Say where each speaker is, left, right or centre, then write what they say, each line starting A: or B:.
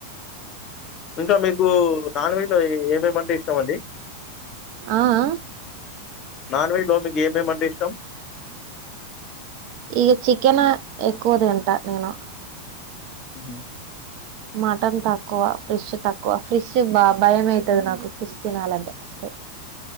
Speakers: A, on the left; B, on the right.
A: ఇంకా మీకు నాన్ వెజ్లో ఇగా ఏమేమంటే ఇష్టంమండి
B: ఆ ఆ
A: నాన్ వెజ్ లో మీకు ఏమేమ అంటే ఇష్టం
B: ఈగ చికెన్ ఎక్కువది అంట నేను
A: ఉహుమ్
B: మటన్ తక్కువ ఫిష్ తక్కువ ఫిష్ బా భయం అవుతుంది నాకు ఫిష్ తినాలంటే ఫస్ట్